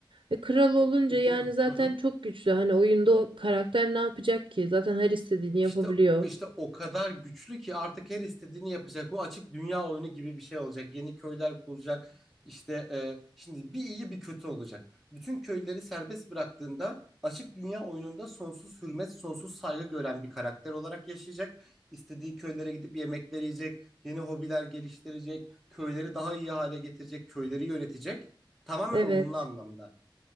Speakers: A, on the right; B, in the centre.
A: E, kral olunca
B: iki...
A: yani zaten
B: <laughs>
A: çok güçlü. Hani oyunda o karakter ne yapacak ki? Zaten her istediğini
B: İşte
A: yapabiliyor.
B: işte o kadar güçlü ki artık her istediğini yapacak. Bu açık dünya oyunu gibi bir şey olacak. Yeni köyler kuracak. İşte e, şimdi bir iyi bir kötü olacak. Bütün köyleri serbest bıraktığında açık dünya oyununda sonsuz hürmet, sonsuz saygı gören bir karakter olarak yaşayacak. İstediği köylere gidip yemekler yiyecek, yeni hobiler geliştirecek, köyleri daha iyi hale getirecek, köyleri yönetecek. Tamamen
A: Evet.
B: olumlu anlamda